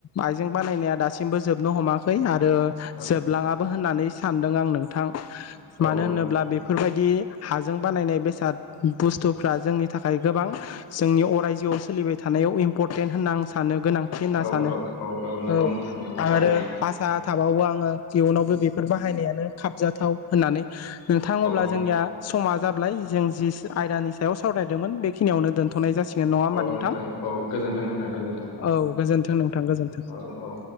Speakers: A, on the left; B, on the left.
A: आाइजें बानायनाया दासिमबो जोबनो हमाखै आरो
B: औ
A: जोबलाङाबो होननानै सानदों आं नोंथां
B: औ औ
A: मानो होनोब्ला बे फोरबायदि हाजों बानायनाय बेसाद बुस्थुफ्रा जोंनि थाखाय गोबां जोंनि अरायजोआव सोलिबाय थानायाव इम्परटेन्ट होनना आं सानो गोनांथि होनना
B: औ
A: सानो
B: नंगौ
A: औ
B: नोंथां नंगौ
A: आरो
B: थारैनो
A: भासा थाबावो आङो इयुनावबो बेफोर बाहायनायानो खाबजाथाव होननानै नोंथां अब्ला
B: औ
A: जोंनिया समा जाबलाय जों जि आयदानि सायाव सावरायदोंमोन बेखिनियावनो दोन थ'नाय जासिगोन नङा होमबा नोंथां
B: औ औ गोजोन्थों नोंथां गोजोन्थों
A: औ गोजोनथों नोंथां गोजोनथों
B: औ औ